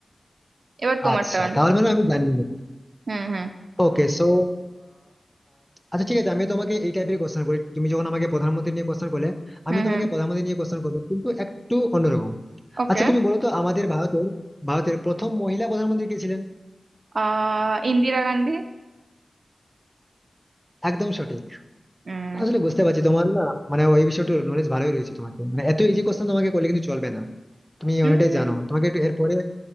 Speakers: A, on the right; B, in the centre.
A: এবার তোমার
B: আচ্ছা
A: টার্ন
B: তাহলে মানে আমি জানি না।
A: হুম হুম
B: ওকে সো আচ্ছা ঠিক আছে আমি তোমাকে এই টাইপের কোশ্চেন করি তুমি যখন আমাকে প্রধানমন্ত্রী নিয়ে কোশ্চেন করলে আমি
A: হুম
B: তোমাকে
A: হুম
B: প্রধানমন্ত্রী নিয়ে কোশ্চেন করবো কিন্তু একটু অন্যরকম
A: ওকে
B: আচ্ছা তুমি বলো তো আমাদের ভারতের ভারতের প্রথম মহিলা প্রধানমন্ত্রী কে ছিলেন
A: আহ ইন্দিরা গান্ধী
B: একদম সঠিক
A: উম
B: আসলে বুঝতে পারছি তোমার না মানে ওই বিষয়টা নলেজ ভালোই রয়েছে তোমাকে মানে এত ইজি কোশ্চেন তোমাকে করলে কিন্তু চলবে না তুমি
A: উম
B: অনেকটাই জানো তোমাকে একটু এরপরে